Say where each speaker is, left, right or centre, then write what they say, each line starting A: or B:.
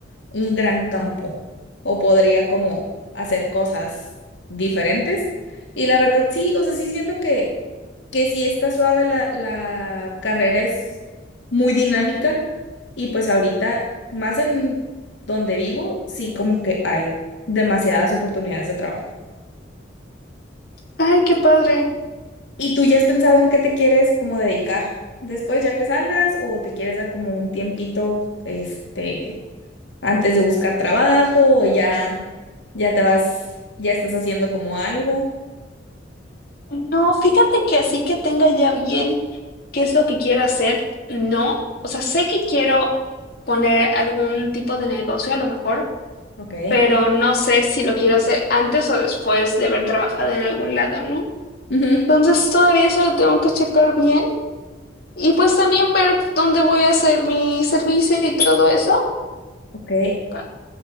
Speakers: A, on the left; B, on the left.
A: un gran campo o podría como hacer cosas diferentes. Y la verdad sí, o sea, sí siento que, que sí está suave la, la carrera, es muy dinámica y pues ahorita más en donde vivo, sí como que hay demasiadas oportunidades de trabajo.
B: Ay, qué padre.
A: ¿Y tú ya has pensado en qué te quieres como dedicar después ya que salgas o te quieres dar como un tiempito este antes de buscar trabajo o ya ya te vas ya estás haciendo como algo?
B: No, fíjate que así que tenga ya bien ¿Qué es lo que quiero hacer? No, o sea, sé que quiero poner algún tipo de negocio a lo mejor,
A: Ok.
B: pero no sé si lo quiero hacer antes o después de haber trabajado en algún lado, ¿no?
A: Ujú,
B: Entonces todavía eso lo tengo que checar bien y pues también ver dónde voy a hacer mi servicio y todo eso
A: Ok.
B: pa-